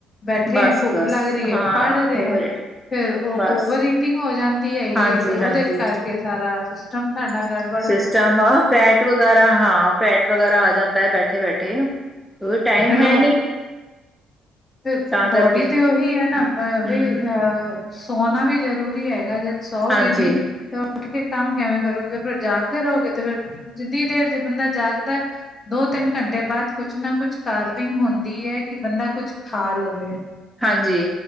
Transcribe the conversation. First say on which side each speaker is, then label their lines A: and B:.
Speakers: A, on the left; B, in the centre.
A: ਬੈਠੇ
B: ਬਸ
A: ਆਂ ਭੁੱਖ
B: ਬਸ
A: ਲਾੱਗ ਰੀ ਏ
B: ਹਾਂ
A: ਪਾੜ ਰੇ
B: ਓਵਰ
A: ਆਂ,
B: ਇਟ
A: ਫੇਰ ਓ
B: ਬਸ
A: ਓਵਰ ਈਟਿੰਗ ਹੋ ਜਾਂਦੀ ਹੈਗੀ
B: ਹਾਂਜੀ
A: ਐ ਫੇਰ ਓਦੇ
B: ਹਾਂਜੀ
A: ਕਾਰਕੇ ਸਾਰਾ, ਸਿਸਟਮ ਸਾਡਾ ਗੜ
B: ਸਿਸਟਮ ਆ ਫੈਟ ਵਗਾਰਾ ਹਾਂ, ਫੈਟ ਵਗਾਰਾ ਆ ਜਾਂਦੈ ਬੈਠੇ-ਬੈਠੇ ਕੇਓਕੀ ਟੈਮ
A: ਫੇਰ ਉਹ
B: ਹੈ ਨੀ।
A: ਫਿਰ
B: ਤਾਂ
A: ਬੋੜੀ
B: ਕਰਕੇ
A: ਤੇ ਓਹੀ ਹੈ ਨਾ, ਅ ਬਈ
B: ਹਮ
A: ਅ ਸੋਨਾ ਵੀ ਜਰੂਰੀ ਹੈਗੈ ਜਦ ਸੌਗੇ
B: ਹਾਂਜੀ
A: ਨੀ ਤ ਉੱਠ ਕੇ ਕੰਮ ਕਿਵੇਂ ਕਰੋਗੇ ਫਿਰ ਜਾਗਦੇ ਰਹੋਗੇ ਤੇ ਫਿਰ ਜਿੰਨੀ ਦੇਰ ਜੇ ਬੰਦਾ ਜਾਗਦਾ। ਦੋ ਤਿੰਨ ਘੰਟੇ ਬਾਅਦ ਕੁਛ ਨਾ ਕੁਛ ਕਾਰਵਿੰਗ ਹੁੰਦੀ ਹੈ ਕਿ ਬੰਦਾ ਕੁਛ ਖਾ ਲਵੇ।
B: ਹਾਂਜੀ।